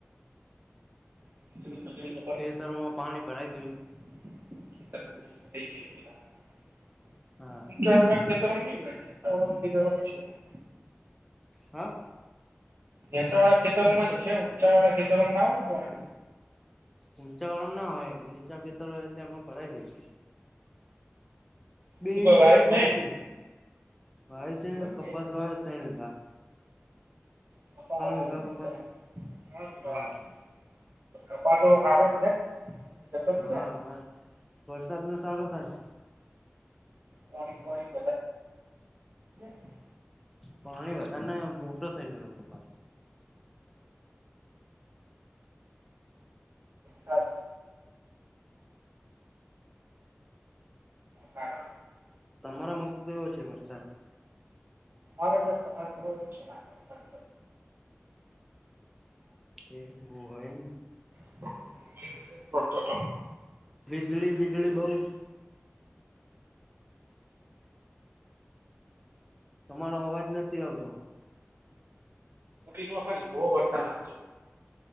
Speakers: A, on the right (about 55°); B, in the centre.
A: <unintelligible>
B: ખેતરોમાં પાણી ભરાઈ ગયું.
A: <inaudible>
B: હા.
A: <unintelligible>
B: હા.
A: હેચ વાળા ખેતરોમાં જ હશે ઊચવાળા ખેતરોમાં ના હોય
B: ઊંચા વાળામ ના હોય નીચા ખેતર હોય એ એમાં પરાઈ ગયું. બે
A: શું કોઈ
B: ઇંચ
A: વાયક
B: જેટલું ભરાય
A: નહી
B: ગયું ભવે છે
A: ત્રણ
B: કપાસ વાળ તા
A: <unintelligible>
B: વીઘા કપાસ હા
A: કપા તો હારો છે ને જતો નહી
B: હા
A: રે
B: વરસાદ નો સારો થાય.
A: પોણી પોણી <unintelligible>
B: પાણી વધારે ને મોટો થઈ ગયો કપાસ
A: હા કારણ
B: તમારા મગ કેયોો છે વરસાદ
A: ઓર્ડર બ
B: કે બ હોયમ
A: પટટ
B: બીજળી વીજળી બઉુ તમારો અવાજ નથી આવતો
A: ઉડી ન ખ બહ વરસાદ આવતો